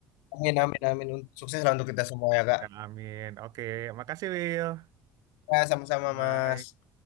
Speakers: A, on the left; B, on the right.
A: Amin amin amin. Sukses lah untuk kita semua ya Kak.
B: Ya amin. Oke, makasih Will.
A: Ya sama-sama
B: Bye-bye.
A: Mas.